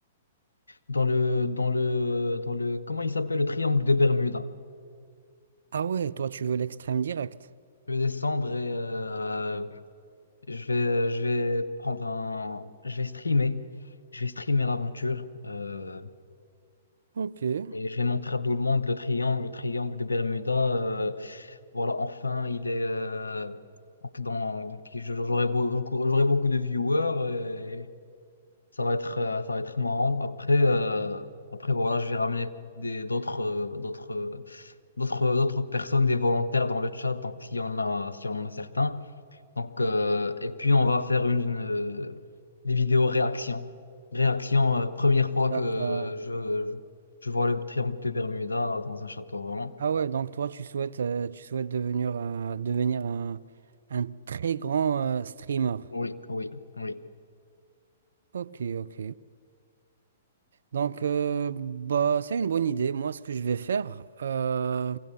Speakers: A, on the left; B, on the right.
A: Dans le. Dans le. Dans le. Comment il s'appelle? Le triangle de Bermuda.
B: Ah ouais, toi tu veux l'extrême direct.
A: Je vais descendre et euh, je vais, je vais prendre un. Je vais streamer. Je vais streamer l'aventure. euh,
B: Ok. Ouais,
A: et je vais montrer à tout le monde le triangle, le triangle de Bermuda. euh, voilà, enfin, il est. euh, donc, dans, donc je- j'aurai beaucoup, j'aurai beaucoup de viewers et ça va être, euh, ça va être marrant. Après, euh, après voilà, je vais ramener des, d'autres, euh, d'autres, euh, d'autres, d'autres personnes, des volontaires dans le chat. Donc, s'il y en a, s'il y en a certains. Donc, euh, et puis on va faire une, une, euh, des vidéos réaction. Réaction, euh, première fois
B: d'accord.
A: que je, je, je vois le triangle de Bermuda dans un château volant.
B: Ah ouais, donc toi, tu souhaites, euh, tu souhaites devenir, un- devenir un, un très grand euh, streamer.
A: Oui, oui, oui.
B: Ok, ok. Donc, euh, bah, c'est une bonne idée. Moi, ce que je vais faire, euh,